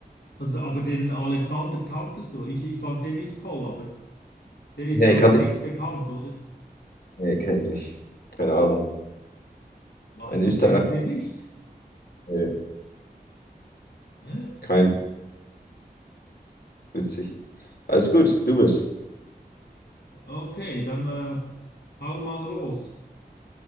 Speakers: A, on the left (about 80°); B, on the left (about 65°).
A: Also, aber den Alexander kanntest du. Ich, ich fand den nicht toll, aber der ist
B: Nee,
A: doch
B: kann
A: recht
B: ich.
A: bekannt, oder?
B: Nee, kenne ich nicht. Keine Ahnung.
A: Was,
B: Ein
A: du
B: Österreicher?
A: kennst den nicht?
B: Nee,
A: Hä?
B: kein. Witzig. Alles gut, du bist.
A: Okay, dann äh, hau mal los.